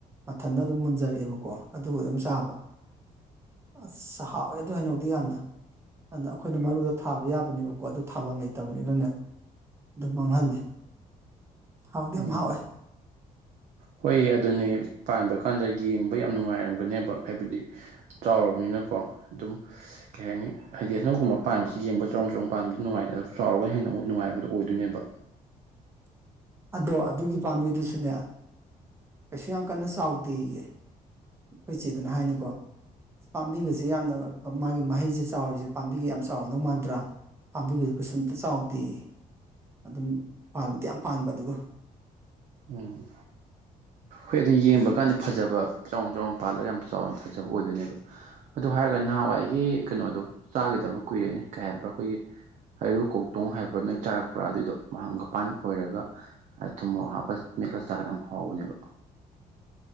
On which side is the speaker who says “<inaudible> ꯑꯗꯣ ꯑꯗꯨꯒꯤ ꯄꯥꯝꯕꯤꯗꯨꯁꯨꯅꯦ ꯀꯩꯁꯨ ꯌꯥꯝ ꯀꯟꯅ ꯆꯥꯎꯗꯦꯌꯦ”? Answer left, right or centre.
Right